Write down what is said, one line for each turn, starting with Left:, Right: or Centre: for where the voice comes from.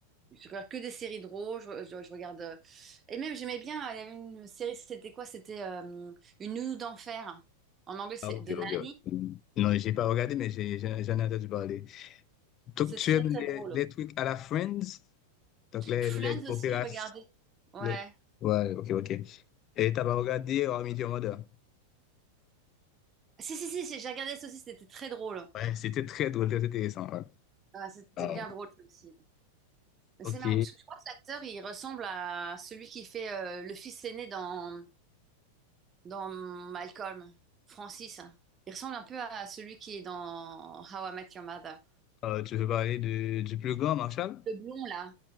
Right: je regarde que des séries drôles. Je, je- je regarde. euh, Et même, j'aimais bien, il y avait une série, c'était quoi? C'était euh, Une nounou d'enfer. En anglais, c'est
Left: Ah, ok,
Right: The Nanny.
Left: ok. ouais. Non, j'ai pas regardé, mais j'ai, j'en j'en ai entendu parler. Donc,
Right: C'est
Left: tu
Right: très,
Left: aimes
Right: très
Left: les,
Right: drôle.
Left: les trucs à la Friends? Donc, les,
Right: Friends
Left: les opéras.
Right: aussi, je regardais. Ouais.
Left: les- Ouais, ok, ok. Et t'as pas regardé How I Met Your Mother?
Right: Si, si, si, si, j'ai regardé ça aussi, c'était très drôle.
Left: Ouais, c'était très drôle, très intéressant. ouais.
Right: Ah, c'était
Left: Ah,
Right: bien drôle, ça aussi.
Left: ok.
Right: C'est marrant, parce que je crois que l'acteur, il ressemble à celui qui fait euh, le fils aîné dans, dans Malcolm, Francis. Il ressemble un peu à celui qui est dans How I Met Your Mother.
Left: Euh, tu veux parler de, du plus grand, Marshall?
Right: Le blond, là.